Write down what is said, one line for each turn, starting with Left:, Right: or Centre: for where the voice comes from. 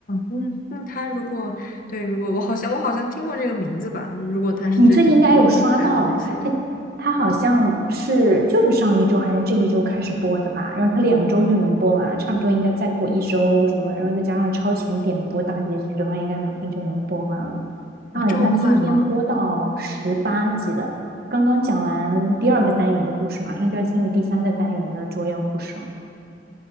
Left: 嗯，那他如果对，如果我好像我好像听过这个名字吧？嗯如果他是之前已经拍了这些
Right: 你最近应该有刷到他，他好像是就是上一周还是这一周开始播的吧？然后他两周就能播完了，差不多应该再过一周什么的，然后再加上超前点播大结局的话，应该马上就能播完了。
Left: 啊，
Right: 他好像今天播到十八集了，
Left: 这么快吗
Right: 刚刚讲完第二个单元的故事，马上就要进入第三个单元的捉妖故事了。